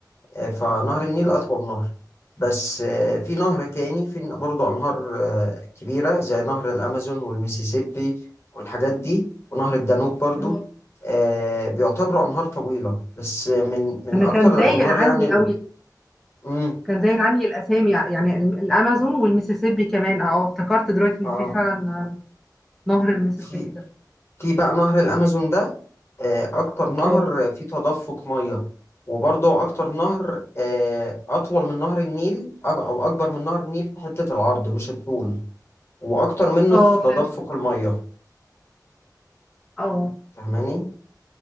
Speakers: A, on the left; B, in the centre.
A: آه، فنهر النيل
B: اه
A: أطول نهر بس آه، في نهر تاني في برضه أنهار آه، كبيرة زي نهر الأمازون والميسيسيبي والحاجات دي ونهر الدانوب برضه
B: أنا
A: آه، بيعتبروا أنهار طويلة بس آه، من من
B: أنا
A: أكتر
B: كان زايغ
A: الأنهار
B: عني
A: يعني ال-
B: قوي
A: مم،
B: كان زايغ عني الأسامي يعني ال- الأمازون والميسيسيبي كمان أه افتكرت دلوقتي إن
A: آه
B: في فعلا نهر الميسيسيبي
A: في
B: ده
A: في بقى نهر الأمازون ده آه، أكتر نهر
B: اه
A: فيه تدفق مية وبرضه أكتر نهر آه، أطول من نهر النيل أو أو أكبر من نهر النيل في حتة العرض مش الطول وأكتر منه
B: أه
A: في
B: فهمت
A: تدفق المية
B: أه
A: فاهماني